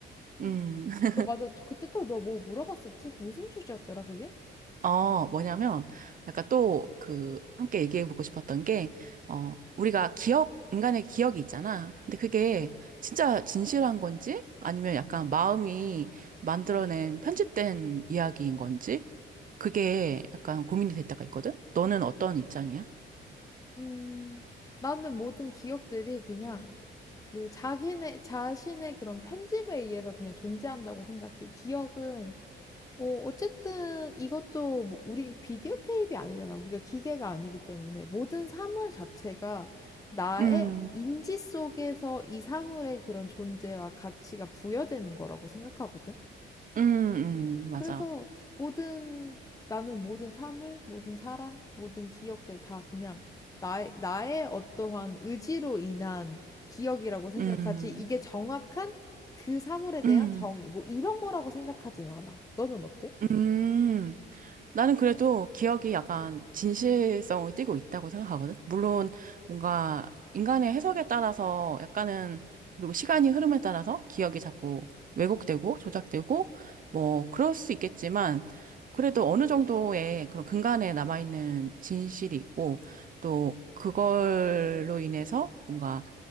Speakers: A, on the left (about 15°); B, on the right (about 45°).
A: 아,
B: 음, <laughs>
A: 너 맞아. 그때 또 너 뭐 물어봤었지? 무슨 주제였더라, 그게?
B: 어, 뭐냐면, 약간 또 그, 함께 얘기해보고 싶었던 게, 어, 우리가 기억, 인간의 기억이 있잖아. 근데 그게 진짜 진실한 건지, 아니면 약간 마음이 만들어낸 편집된 이야기인 건지, 그게 약간 고민이 될 때가 있거든? 너는 어떤 입장이야?
A: 음, 나는 모든 기억들이 그냥 그 자기네, 자신의 그런 편집에 의해서 그냥 존재한다고 생각해. 기억은, 어, 어쨌든 이것도 뭐 우리 비디오 테이프이 아니잖아. 우리가 기계가 아니기 때문에 모든 사물 자체가 나의
B: 음,
A: 인지 속에서 이 사물의 그런 존재와 가치가 부여되는 거라고 생각하거든.
B: 음, 음, 맞아.
A: 그래서 모든 나는 모든 사물, 모든 사람, 모든 기억들 다 그냥 나의, 나의 어떠한 의지로 인한 기억이라고 생각하지
B: 음,
A: 이게 정확한 그 사물에 대한
B: 음,
A: 정의 뭐 이런 거라고 생각하진 않아. 너는 어때?
B: 음. 음. 나는 그래도 기억이 약간 진실성을 띠고 있다고 생각하거든. 물론 뭔가 인간의 해석에 따라서 약간은 그리고 시간이 흐름에 따라서 기억이 자꾸 왜곡되고 조작되고 뭐 그럴 수 있겠지만 그래도 어느 정도의 그런 근간에 남아있는 진실이 있고 또 그걸로 인해서 뭔가